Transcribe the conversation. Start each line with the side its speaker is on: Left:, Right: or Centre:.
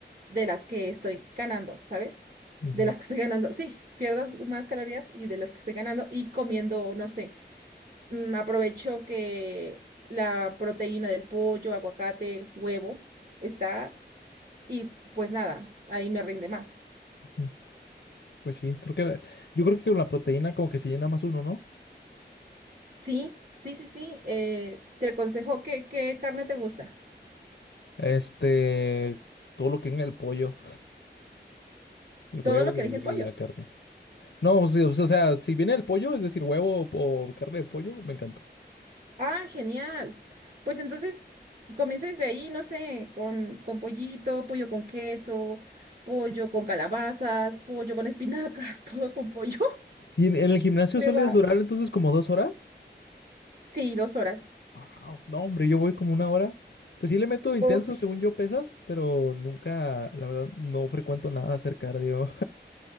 Right: de las que estoy ganando, ¿sabes?
Left: Ujú,
Right: De las que estoy ganando, sí, pierdas más calorías y de las que estoy ganando y comiendo, no sé, mm, aprovecho que la proteína del pollo, aguacate, huevo está y pues nada, ahí me rinde más.
Left: ujú. Pues sí, creo que la- yo creo que con la proteína como que se llena más uno, ¿no?
Right: Sí, sí, sí, sí, eh, te aconsejo que, qué carne te gusta.
Left: Este, todo lo que venga el pollo, el
Right: Todo
Left: huevo
Right: lo
Left: y,
Right: que
Left: el-
Right: elige el pollo.
Left: y la carne. No, pues sí, o sea, o sea, si viene el pollo, es decir, huevo o, o carne de pollo, me encanta.
Right: Ah, genial. Pues entonces comienza desde ahí, no sé, con, con pollito, pollo con queso, pollo con calabazas, pollo con espinacas, <laughs> todo con pollo.
Left: ¿Y en, en el gimnasio
Right: Te
Left: sueles
Right: va.
Left: durar entonces como dos horas?
Right: Sí, dos horas.
Left: Wow, no, hombre, yo voy como una hora. Pues sí le meto intenso,
Right: Ok.
Left: según yo pesas, pero nunca, la verdad, no frecuento nada hacer cardio.